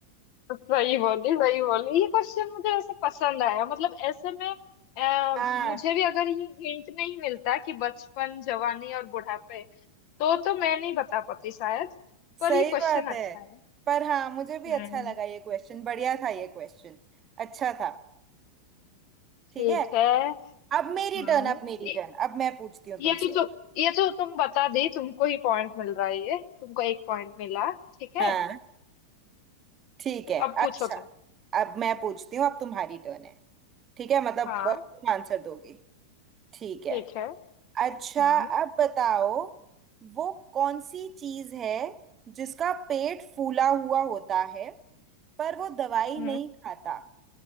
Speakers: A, on the left (about 45°); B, on the right (about 25°).
A: वही बोली वही बोली ये क्वेश्चन मुझे वैसे पसंद आया मतलब ऐसे में आ,
B: हाँ
A: मुझे भी अगर ये हिंट नहीं मिलता कि बचपन जवानी और बुढ़ापे तो तो मैं नहीं बता पाती शायद पर
B: सही
A: ये क्वेश्चन
B: बात है
A: अच्छा है
B: पर हाँ मुझे
A: हम्म
B: भी अच्छा लगा ये क्वेश्चन बढ़िया था ये क्वेश्चन अच्छा था
A: ठीक
B: ठीक है
A: है
B: अब मेरी
A: हम्म
B: टर्न अब मेरी
A: ये,
B: टर्न अब मैं पूछती हूँ
A: ये
B: तुमसे
A: तो तु, ये तो तुम बता दी तुमको ही पॉइंट मिल रहा है ये तुमको एक पॉइंट मिला ठीक है
B: हाँ ठीक
A: ठीक
B: है
A: अब पूछो
B: अच्छा
A: तुम
B: अब मैं पूछती हूँ अब तुम्हारी टर्न है ठीक है मतलब
A: हाँ
B: अ, तुम आंसर दोगी ठीक
A: ठीक
B: है
A: है
B: अच्छा
A: हम्म
B: अब बताओ वो कौन सी चीज है जिसका पेट फूला हुआ होता है पर वो दवाई
A: हम्म
B: नहीं खाता